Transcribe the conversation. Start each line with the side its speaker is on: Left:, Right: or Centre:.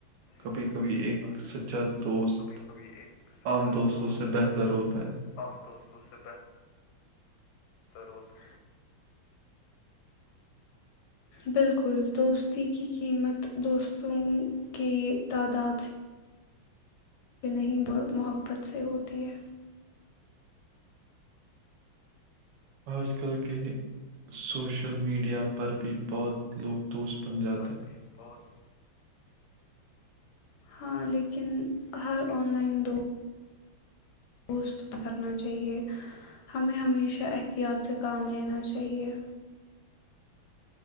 Left: یہ
Right: کبھی
Left: بہت
Right: کبھی
Left: اچھی
Right: <unintelligible> کبھی ایک
Left: بات ہے
Right: سچا دوست
Left: کبھی کبھی ایک سچا
Right: عام دوستوں
Left: دوست
Right: سے بہتر ہوتا ہے <unintelligible>
Left: عام دوستوں سے بہتر ہوتا بالکل دوستی کی قیمت دوستوں کی تعداد سے <unintelligible> یہ نہیں محبت سے ہوتی ہے
Right: آج کل کے سوشول سوشل میڈیا پر بھی <unintelligible> بہت لوگ دوست <unintelligible> بن جاتے
Left: پر
Right: <unintelligible>
Left: بھی بہت ہاں لیکن ہر آن لائن دو درست کرنا چاہیئے ہمیں ہمیشہ احتیاط سے کام لینا چاہیئے